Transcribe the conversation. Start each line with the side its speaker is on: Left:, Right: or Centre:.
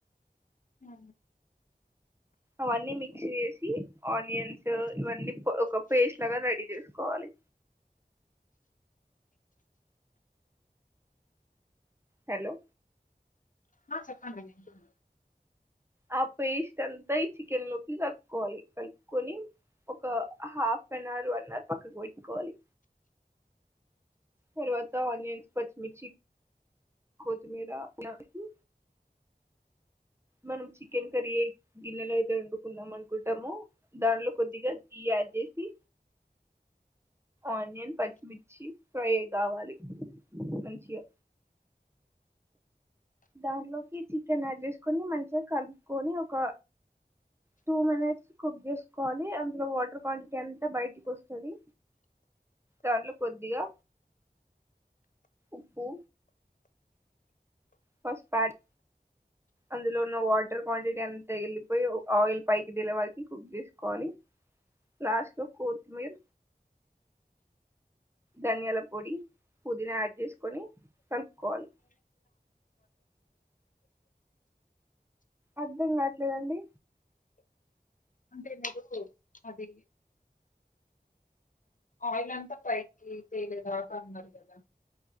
Left: ఆ
Right: అవన్నీ మిక్స్ చేసి ఆనియన్స్ ఇవన్నీ ఒక పేస్ట్ లాగా రెడీ చేసుకోవాలి హలో
Left: ఆ చెప్పండి వింటున
Right: ఆ పేస్ట్ అంతా ఈ చికెన్ లోకి కలుపుకోవాలి కలుపుకొని ఒక half an hour one hour పక్కకు పెట్టుకోవాలి తర్వాత ఆనియన్స్ పచ్చిమిర్చి కొత్తిమీర అల వేసి మనం చికెన్ కర్రీ ఏ గిన్నెలో అయితే వండుకుందాం అనుకుంటామో దాంట్లో కొద్దిగా గీ యాడ్ చేసి ఆనియన్ పచ్చిమిర్చి ఫ్రై కావాలి మంచిగా దాంట్లోకి చికెన్ యాడ్ చేసుకొని మంచిగా కలుపుకొని ఒక టూ మినిట్స్ కుక్ చేసుకోవాలని అందులో వాటర్ క్వాంటిటీ అంత బయటికి వస్తది దాంట్లో కొద్దిగా ఉప్పు పసుపు యాడ్ అందులో ఉన్న వాటర్ క్వాంటిటీ ఎంత వేలిపోయి ఆయిల్ పైకి తేలే వారికి కుక్ చేసుకోవాలి లాస్ట్ లో కొత్తిమీర ధనియాల పొడి పుదీనా యాడ్ చేసుకొని కలుపుకోవాలి అర్ధం కావట్లేదండి
Left: అంతే మీరు అది ఆయిల్ అంతా పైకి తేలేదాకా అన్నారు కదా